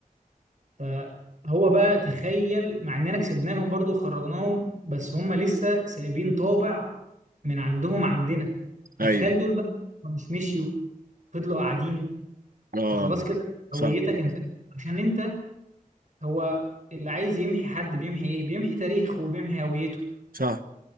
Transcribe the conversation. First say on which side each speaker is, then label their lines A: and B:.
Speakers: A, on the right; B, on the right.
A: فهو بقى تخيل مع إننا كسبناهم برضو وخرجناهم بس هم لسه سايبين طابع من عندهم عندنا فتخيل
B: ايوه
A: دول بقى مش مشيوا فضلوا قاعدين
B: اه
A: فخلاص كده
B: صح
A: هويتك انتهت عشان انت هو اللي عايز يمحي حد بيمحي ايه بيمحي تاريخه وبيمحي هويته
B: صح